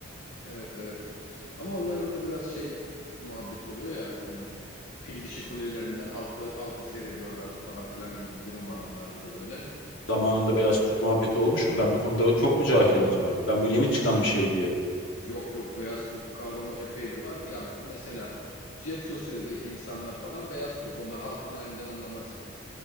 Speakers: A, on the left; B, on the left.
A: evet, evet. Ama onlarda da biraz şey muhabbet oluyor ya hani fil dişi kulelerinden halkı, halkı seyrediyorlardı falan filan gibi bir durum var onlarda da böyle.
B: Zamanında beyaz
A: Hani
B: Türk muhabbeti olmuş mu? Ben bu konuda çok mu cahilim acaba? Ben bu yeni çıkan
A: şş,
B: bir şey diye.
A: yok yok beyaz Türk kavramı epeydir var. Ya mesela Jet Sosyete'deki insanlar falan beyaz Türk onlar halkın halinden anlamaz.